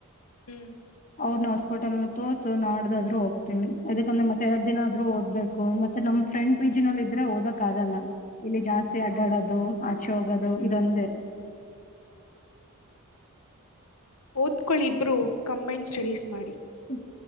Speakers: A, on the left (about 85°); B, on the left (about 35°).
A: ಹ್ಮ್
B: ಅವ್ರನ್ನ ಹಸ್ಪ ಹೋಟೆಲ್ ನಲ್ಲಿ ತೋರ್ಸು ನಾಡ್ದಾದ್ೂ ಹೋಗತನಿ ಅದಕಂದ್ರೆ ಮತ್ತೆ ಎರಡ್ ದಿನ ಆದ್ರೂ ಓದ್ಬೇಕು ಮತ್ತೆ ಮ ನಮ್ ಫ್ರೆಂಡ್ ಪೀಜ ನಲ್ಲಿ ಇದ್ರೆ ಓದಕ್ ಆಗಲ್ಲ ಇಲ್ಲಿ ಜಾಸ್ತಿ ಅಡ್ಡಾಡದು
A: ಹೌದು
B: ಆಚೆ ಹೋಗೋದು
A: ಹ್ಮ್
B: ಇದೊಂದೇ <inaudible>
A: ಓದ್ಕಳ ಇಬ್ರು ಕಂಬೈನ್ ಸ್ಟಡೀಸ್ ಮಾಡಿ
B: ಹ್ಮ